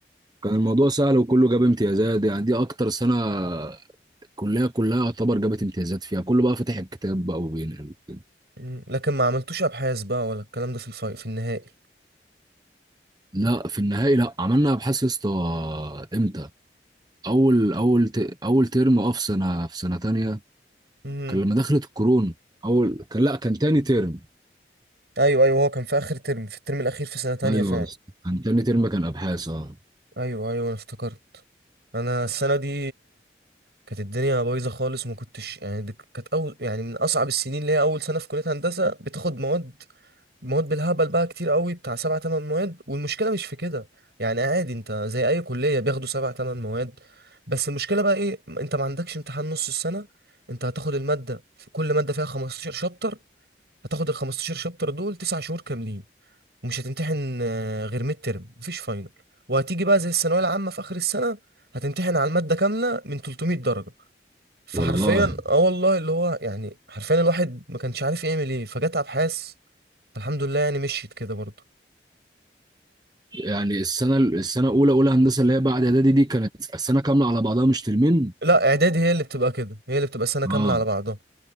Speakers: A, on the right; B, on the right.
A: كان الموضوع سهل وكله جاب امتيازات يعني دي اكتر سنه الكليه كلها يعتبر جابت امتيازات فيها كله بقى فاتح الكتاب بقى وبينقل وكده.
B: مم. لكن ما عملتوش ابحاث بقى ولا الكلام ده في الفاي في النهائي
A: لا في النهائي لا عملنا ابحاث يا اسطى امتى اول اول ت- اول ترم اه في سنه في سنه تانية
B: امم
A: كان لما دخلت الكورونا اول كان لا كان تاني ترم
B: ايوه ايوه هو كان في اخر ترم في الترم الاخير في سنة تانية
A: ايوه
B: فعلا
A: يا اسطى. كان تاني ترم كان ابحاث اه
B: ايوه ايوه انا افتكرت انا السنة دي كانت الدنيا بايظة خالص ما كنتش يعني دي كانت اول يعني من اصعب السنين اللي هي اول سنة في كلية هندسة بتاخد مواد مواد بالهبل بقى كتير قوي بتاع سبع تمن مواد والمشكله مش في كده يعني عادي انت زي اي كليه بياخدوا سبع تمن مواد بس المشكله بقى ايه انت ما عندكش امتحان نص السنه انت هتاخد الماده في كل ماده فيها 15 شابتر هتاخد ال 15 شابتر دول تسع شهور كاملين ومش هتمتحن آه، غير ميد ترم مفيش فاينل وهتيجي بقى زي الثانويه العامه في اخر السنه هتمتحن على الماده كامله من 300 درجه فحرفيا
A: والله
B: اه والله اللي هو يعني حرفيا الواحد ما كانش عارف يعمل ايه فجت ابحاث الحمد لله يعني مشيت كده برضه
A: يعني السنه السنه الاولى اولى هندسه اللي هي بعد اعدادي دي كانت السنه كامله على بعضها مش ترمين
B: لا اعدادي هي اللي بتبقى كده هي اللي بتبقى سنه كامله
A: اه
B: على بعضها